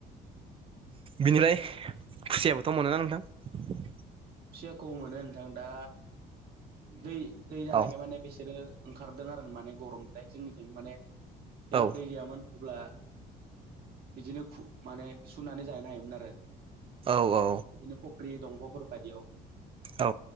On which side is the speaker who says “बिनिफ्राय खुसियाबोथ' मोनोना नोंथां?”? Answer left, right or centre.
Right